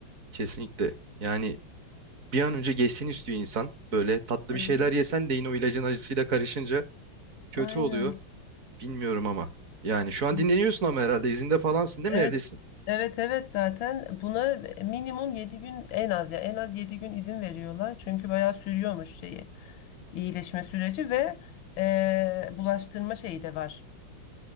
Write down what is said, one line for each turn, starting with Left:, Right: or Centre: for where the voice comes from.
Right: Kesinlikle. Yani bir an önce geçsin istiyor insan. Böyle tatlı
Left: Evet.
Right: bir şeyler yesen de yine o ilacın acısıyla karışınca kötü
Left: Aynen.
Right: oluyor. Bilmiyorum ama. Yani şu an
Left: Es-
Right: dinleniyorsun ama herhalde izinde falansın değil
Left: Evet.
Right: mi evdesin?
Left: Evet evet zaten buna minimum yedi gün en az ya en az 7 gün izin veriyorlar. Çünkü bayağı sürüyormuş şeyi. iyileşme süreci ve eee, bulaştırma şeyi de var.